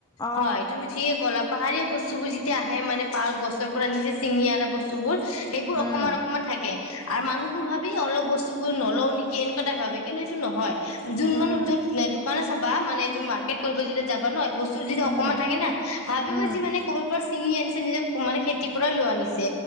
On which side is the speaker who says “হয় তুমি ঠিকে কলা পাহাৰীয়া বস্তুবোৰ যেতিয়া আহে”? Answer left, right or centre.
Left